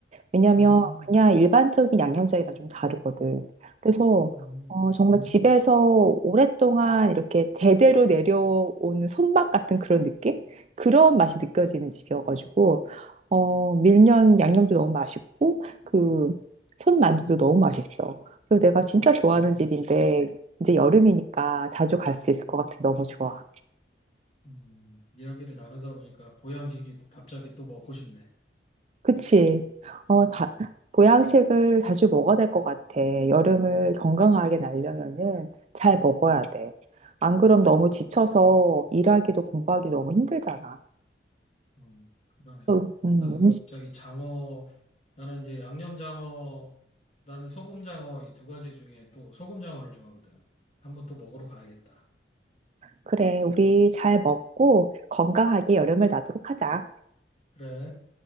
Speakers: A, on the right (about 35°); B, on the left (about 35°).
A: 왜냐면
B: 음,
A: 그냥 일반적인 양념장이랑 좀 다르거든. 그래서
B: 음,
A: 어, 정말
B: 음,
A: 집에서 오랫동안 이렇게 대대로 내려오는 손맛 같은 그런 느낌? 그런 맛이 느껴지는 집이어가지고 어 밀면 양념도 너무 맛있고 그 손만두도 너무 맛있어. 그리고 내가 진짜 좋아하는
B: 음.
A: 집인데 이제 여름이니까 자주 갈 수 있을 것 같아. 너무 좋아.
B: 음. 이야기를 나누다 보니까 보양식이 갑자기 또 먹고 싶네.
A: 그치? 어, 다,
B: 음,
A: 보양식을 자주 먹어야 될 것 같아. 여름을 건강하게 날려면은 잘 먹어야
B: 음,
A: 돼. 안 그럼
B: 음.
A: 너무 지쳐서 일하기도 공부하기 너무 힘들잖아.
B: 음, 그러네.
A: 그래서, 음,
B: 나도 갑자기 장어, 나는 이제 양념장어, 나는 소금장어 이 두 가지 중에 또 소금장어를 좋아하거든. 한번 또 먹으러 가야겠다.
A: 그래, 우리 잘 먹고
B: 음,
A: 건강하게 여름을 나도록 하자.
B: 그래.